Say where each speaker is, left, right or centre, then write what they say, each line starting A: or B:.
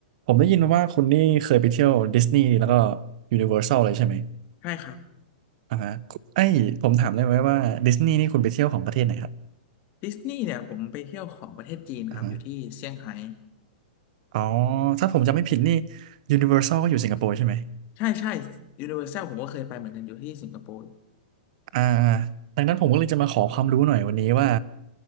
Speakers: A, on the right (about 55°); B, on the left (about 35°).
A: ผมได้ยินมาว่าคุณนี่เคยไปเที่ยวดิสนีย์แล้วก็ยูนิเวอร์แซลเลยใช่ไหม
B: ใช่ครับ
A: อ่าฮะไอ้ยผมถามได้ไหมว่าดิสนีย์นี่คุณไปเที่ยวของประเทศไหนครับ
B: ดิสนีย์เนี่ยผมไปเที่ยวของประเทศจีนครับอยู่ที่เซี่ยงไฮ้
A: อ่าฮะอ๋อถ้าผมจำไม่ผิดนี่ยูนิเวอร์แซลก็อยู่สิงคโปร์ใช่ไหม
B: ใช่ใช่ยูนิเวอร์แซลผมก็เคยไปเหมือนกันอยู่ที่สิงคโปร์
A: อ่าดังนั้นผมก็เลยจะมาขอความรู้หน่อยวันนี้ว่า